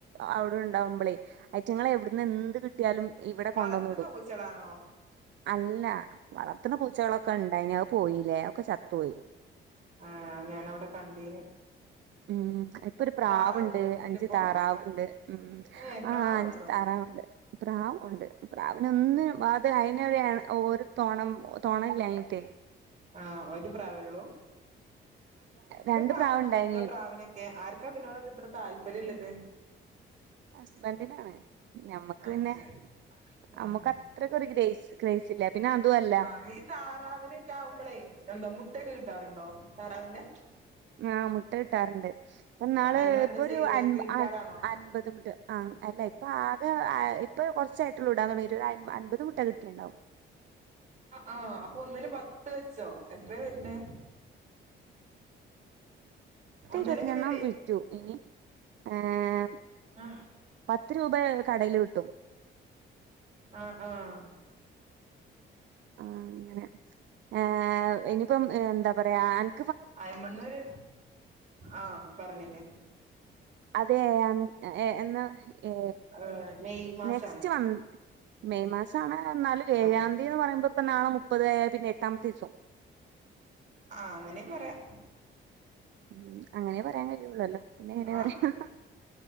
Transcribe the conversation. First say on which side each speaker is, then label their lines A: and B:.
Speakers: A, on the right (about 65°); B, on the right (about 35°).
A: അവിടെ ഇണ്ടാവുമ്പളേ. ഐറ്റങ്ങള് എവിട്ന്ന് എന്ത് കിട്ടിയാലും ഇവിടെ
B: വളർത്തുന്ന
A: കൊണ്ടുവന്ന് ഇടും.
B: പൂച്ചകളാണോ
A: അല്ല വളർത്തുന്ന പൂച്ചകളൊക്കെ ഇണ്ടായിന് അത് പോയില്ലേ ഒക്കെ ചത്തു പോയി.
B: ആണോ ഞാനവിടെ കണ്ടീന്.
A: മ് ഇപ്പ ഒരു പ്രാവുണ്ട്,
B: താറാവുണ്ടോ വീട്ടിലിപ്പോ
A: അഞ്ച് താറാവുണ്ട്, മ്
B: ഏഹ് പ്രാവുണ്ടോ
A: ആഹ് അഞ്ച് താറാവുണ്ട്. പ്രാവ് ഉണ്ട് പ്രാവിനെ ഒന്നിനും <unintelligible> അയിനൊരു എന ഒരു തോണം തൊണയില്ലായിട്ടെ
B: ആഹ് ഒരു പ്രാവേള്ളൂ, ഇതൊക്കെ
A: രണ്ട് പ്രാവുണ്ടായിനി
B: ആരാ നോക്ക പ്രാവിനെക് ക്കെ ആർക്ക ഇപ്പ ഇതിനോടൊക്കെ ഇത്ര താല്പര്യം ഇള്ളത്.
A: ഹസ്ബൻഡിനാണ് ഞമ്മക്ക്
B: ആഹ്
A: പിന്നെ
B: ശരി ആഹ്
A: അമ്മക്ക് അത്രക്കൊരു ഗ്രസ് ക്രെസില്ല. പിന്നെ അതുവല്
B: ആഹ് ഈ താറാവിന്ക്കെ ആവുമ്പളെ എന്താ മുട്ടൊക്കെ കിട്ടാറുണ്ടോ താറാവിന്റെ.
A: ആഹ് മുട്ട കിട്ടാറുണ്ട്, ഇപ്പം ഇന്നാള്
B: അങ്ങളെന്താ
A: ഇപ്പോരു
B: ചെയ്യല്
A: അൻ
B: വിൽക്കാറാണോ
A: അ അൻപത്. മുട്ട ആ അല്ല ഇപ്പ ആകെ ആ ഇപ്പ കുറച്ചായിട്ടുള്ളൂ ഇടാൻ തൊടങ്ങിട്ട് ഒരയ് അൻപത് മുട്ട കിട്ടിണ്ടാവും.
B: ആഹ് അപ്പ ഒന്നിന് പത്ത് വെച്ചോ എത്രയാ വര്ണെ.
A: പത്തി
B: ഒന്നിന്
A: ഇരുപത്തി
B: എങ്ങനെ
A: രണ്ണ്ണം
B: റേ
A: വിറ്റു, ഇനി ഏഹ്
B: ആഹ്
A: പത്ത് രൂപ കടയിൽ കിട്ടും.
B: ആഹ് ആഹ്
A: ആഹ് അങ്ങനെ ഏഹ് ഇനിപ്പം എന്താ പറയാ അന്
B: അയിമന്നര് ആഹ് പറഞ്ഞേനേ.
A: അതെ എൻ എ എ എന്ന ഏ
B: ഏഹ് മെയ് മാസാണ്
A: നെക്സ്റ്റ് വന് മെയ് മാസാവാന എന്നാല് ഏഴാം
B: ആഹ്
A: തീയതി എന്ന് പറയുമ്പോ ഇപ്പ നാളെ മുപ്പത് പിന്നെ എട്ടാമത്തെ ദിസം.
B: ആഹ് അങ്ങനേം പറയാ.
A: മ് അങ്ങനെ പറയാൻ കഴിയുള്ളല്ലോ പിന്നെ എങ്ങനെ
B: ആഹ്
A: പറയാ.